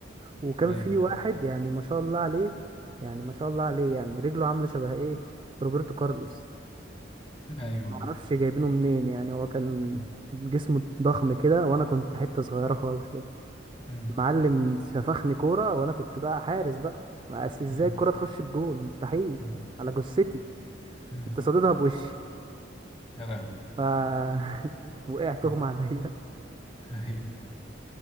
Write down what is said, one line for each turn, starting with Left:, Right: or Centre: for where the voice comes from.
Right: وكان
Left: أيوه
Right: في واحد يعني ما شاء الله عليه يعني ما شاء الله عليه يعني رجله عامله شبه ايه روبرتو كارلوس
Left: أيوه
Right: ما اعرفش جايبينه منين يعني هو كان
Left: مم.
Right: جسمه ضخم كده وانا كنت حته صغيره خالص كده
Left: مم.
Right: معلم سفخني كوره وانا كنت بقى حارس بقى ما أس- ازاي
Left: مم.
Right: الكوره تخش الجون مستحيل
Left: مم.
Right: على جثتي
Left: مم.
Right: كنت صاددها بوشي
Left: يا لهوي
Right: ف <laughs> وقعت
Left: <laughs>
Right: اغمى عليا
Left: أيوه